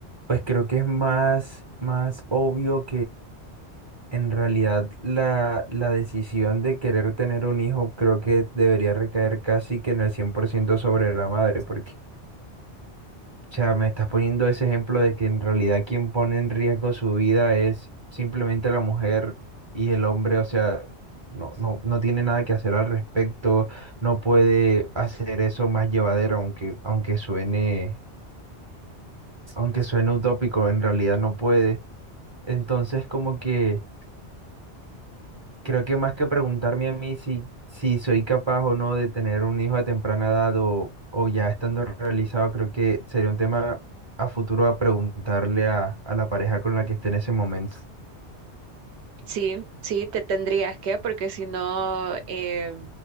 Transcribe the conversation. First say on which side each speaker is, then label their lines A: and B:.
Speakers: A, on the right; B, on the right.
A: pues creo que es más, más obvio En realidad, la, la decisión de querer tener un hijo creo que debería recaer casi que en el 100% sobre la madre, porque, o sea, me estás poniendo ese ejemplo de que en realidad quien pone en riesgo su vida es simplemente la mujer y el hombre, o sea, no, no, no tiene nada que hacer al respecto, no puede hacer eso más llevadero, aunque, aunque suene, aunque suene utópico, en realidad no puede. Entonces, como que Creo que más que preguntarme a mí si, si soy capaz o no de tener un hijo a temprana edad o, o ya estando realizado, creo que sería un tema a futuro a preguntarle a, a la pareja con la que esté en ese momento.
B: Sí, sí, te tendrías que, porque si no, eh,